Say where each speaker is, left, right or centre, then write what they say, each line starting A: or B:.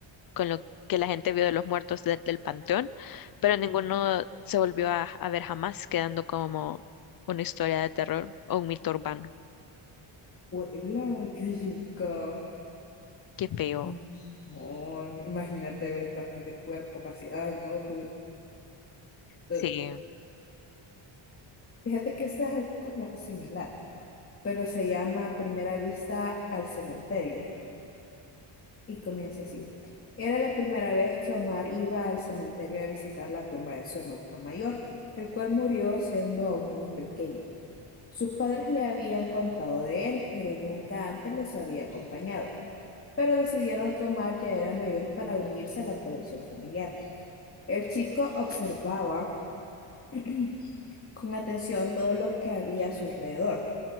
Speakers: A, on the left; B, on the left.
A: con lo que la gente vio de los muertos de- del panteón, pero ninguno se volvió a, a ver jamás, quedando como una historia de terror o un mito urbano.
B: ela, qué yuca.
A: Qué feo.
B: Ay, no, imagínate ver partes de cuerpos así. Ay, no. uh,
A: Sí.
B: uh. Fíjate que este es algo como similar, pero se llama Primera Vista al Cementerio. Y comienza así. Era la primera vez que Omar iba al cementerio a visitar la tumba de su hermano mayor, el cual murió siendo aún muy pequeño. Sus padres le habían contado de él, pero nunca antes los había acompañado. Pero decidieron que Omar ya era mayor para unirse a la tradición familiar. El chico observaba <clears throat> con atención todo lo que había a su alrededor.